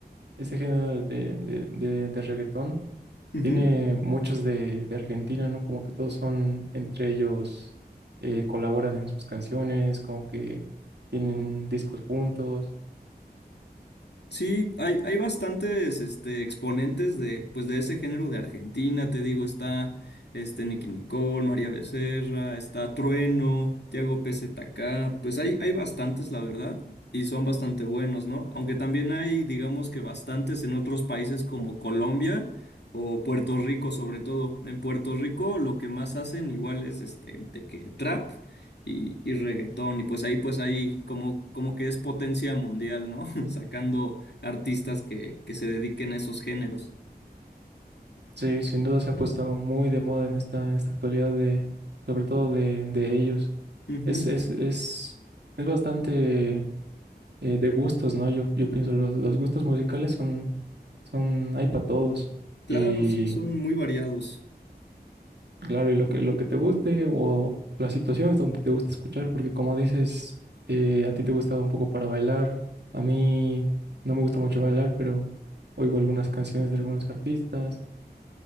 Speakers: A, on the right; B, on the left.
A: Ese género de, de, de, de reggaetón
B: Ujú.
A: tiene muchos de, de Argentina, ¿no? Como que todos son entre ellos, eh, colaboran en sus canciones, como que tienen discos juntos.
B: Sí, hay, hay bastantes este, exponentes de, pues, de ese género de Argentina, te digo, está este, Nicki Nicole, María Becerra, está Trueno, Tiago PZK, pues hay, hay bastantes, la verdad, y son bastante buenos, ¿no? Aunque también hay, digamos que bastantes en otros países como Colombia o Puerto Rico, sobre todo. En Puerto Rico lo que más hacen igual es este, de que trap y, y reggaetón, y pues ahí pues ahí como, como que es potencia mundial, ¿no? <laughs> Sacando artistas que, que se dediquen a esos géneros.
A: Sí, sin duda se ha puesto muy de moda en esta, en esta actualidad, de, sobre todo de, de ellos.
B: Ujú,
A: Es, es, es, es bastante eh, de gustos, ¿no? Yo, yo pienso, los, los gustos musicales son, son, hay para todos.
B: Claro,
A: Y.
B: sí, son muy variados.
A: Claro, y lo que, lo que te guste o las situaciones donde te gusta escuchar, porque como dices, eh, a ti te gustaba un poco para bailar, a mí no me gusta mucho bailar, pero oigo algunas canciones de algunos artistas.